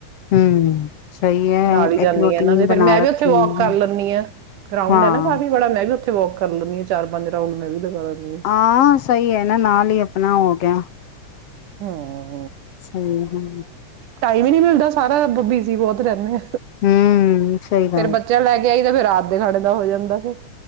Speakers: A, on the left; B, on the right.
A: ਹੂੰ ਸਹੀ ਹੈ
B: ਨਾਲ ਈ ਜਾਂਣੀ
A: ਇੱਕ ਰੂਟੀਨ
B: ਆਂ ਏਨਾਂ ਦੇ ਫੇਰ
A: ਬਣਾ
B: ਮੈਂ ਵੀ
A: ਰੱਖੀ
B: ਉੱਥੇ ਵੋਕ
A: ਹੈ
B: ਕਰ ਲੰਨੀ ਆਂ, ਗਰਾਉਂਡ
A: ਹਾਂ
B: ਐ ਨਾ ਕਾਫੀ ਬੜਾ ਮੈਂ ਵੀ ਉੱਥੇ ਵੋਕ ਕਰ ਲਂ ਚਾਰ-ਪੰਜ ਰਾਊਂਡ ਮੈਂ ਵੀ ਲਗਾ ਲੈਂਦੀ
A: ਆਂ, ਸਈ ਐ ਨਾ ਨਾਲ ਈ ਅਪਨਾ ਔ ਕਿਉਂ
B: ਹੂੰ।
A: ਹੂੰ-ਹੂੰ।
B: ਟਾਈਮ ਈ ਨਈ ਮਿਲਦਾ ਸਾਰਾ ਆਪਾ ਬਿਜ਼ੀ ਬੋਤ ਰਹਿੰਦੇ ਨੇ।
A: ਹੂੰ ਸਹੀ ਗੱਲ
B: ਫੇਰ ਬੱਚਾ ਲੈ ਕੇ ਆਈ ਤਾਂ ਫ਼ਿਰ ਆਪ ਦੇ ਖਾਣੇ ਦਾ ਹੋ ਜਾਂਦਾ ਫਿਰ।